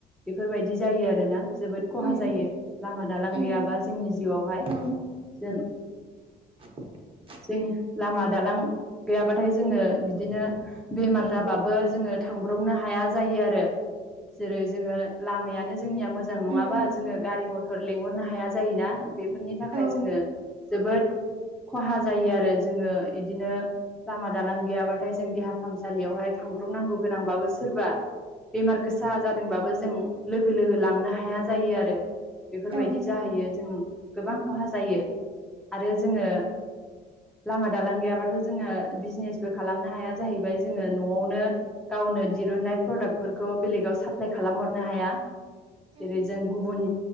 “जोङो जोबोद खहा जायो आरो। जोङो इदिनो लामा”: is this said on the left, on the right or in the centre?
Centre